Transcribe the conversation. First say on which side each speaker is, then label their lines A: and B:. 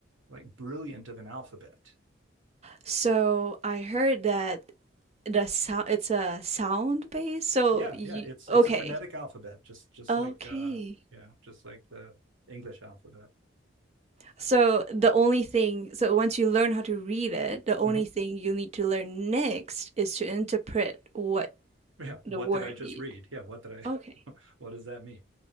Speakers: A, on the right (about 85°); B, on the right (about 35°).
A: like brilliant of an alphabet.
B: So I heard that the sound it's a sound base. So
A: Yeah,
B: you
A: yeah, it's
B: okay.
A: it's a phonetic alphabet, just just
B: Okay.
A: like uh yeah, just like the English alphabet.
B: So the only thing so once you learn how to read it, the only
A: hmm
B: thing you need to learn next is to interpret what
A: Yeah,
B: the
A: what
B: word
A: did I just
B: is.
A: read? Yeah, what did
B: Okay.
A: I <laughs> what does that mean?